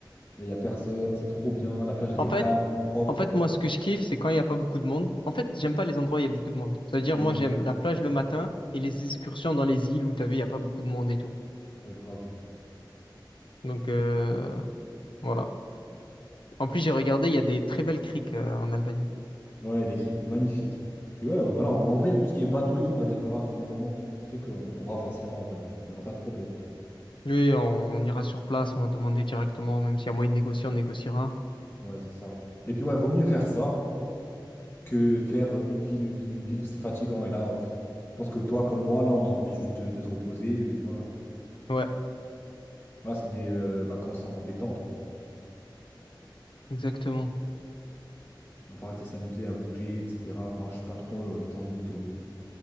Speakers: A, on the left; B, on the left.
A: Il n'y a personne, c'est trop bien. La plage, elle
B: En
A: est
B: fait,
A: calme, propre.
B: En fait, moi, ce que je kiffe, c'est quand il n'y a pas beaucoup de monde. En fait, j'aime pas les endroits où il y a beaucoup de monde. C'est-à-dire,
A: Non,
B: moi,
A: non,
B: j'aime la plage le matin et les excursions dans les îles où, t'as vu, il n'y a pas beaucoup de monde et tout.
A: ouais, grave.
B: Donc, euh, voilà. En plus, j'ai regardé, il y a des très belles criques euh, en Albanie.
A: Ouais, des criques magnifiques. Puis ouais, ouais, voilà. En en vrai, tout ce qui est bateau et tout, on réservera sur le moment. Je sais qu'on trouvera facilement en vrai. on- Il n'y aura pas de problème.
B: Oui, on, on ira sur place, on va demander directement, même s'il y a moyen de négocier, on négociera.
A: Ouais, c'est ça. Et puis ouais, vaut mieux faire ça. que faire une ville, une ville, une ville, c'est fatigant. Et là, pff, je pense que toi, comme moi, là, on a envie juste de, de se reposer. Et voilà.
B: Ouais,
A: Voilà, c'est des euh, vacances en détente, quoi.
B: exactement.
A: On peut rester s'amuser à bouger, etc. Enfin, je suis pas trop euh, dans un mood de,